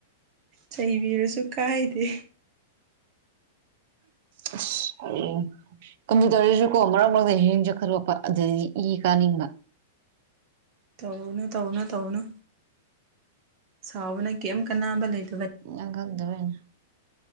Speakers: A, on the right; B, on the right.
A: ꯆꯩꯩꯕꯤꯔꯁꯨ ꯀꯥꯏꯗꯦ
B: <unintelligible> ꯀꯝꯄꯨ ꯇꯧꯔꯁꯨꯀꯣ ꯃꯔꯛ ꯃꯔꯛꯇ ꯍꯌꯦꯡ ꯆꯠꯈ꯭ꯔꯣꯄ ꯑꯗꯨꯗꯤ ꯏ ꯀꯥꯅꯤꯡꯕ
A: ꯇꯧꯅ ꯇꯧꯅ ꯇꯧꯅ ꯁꯥꯎꯕꯅ ꯀꯔꯤꯝ ꯀꯅꯥꯕ ꯂꯩꯇꯦ
B: ꯅꯪꯒꯜꯗꯦꯅ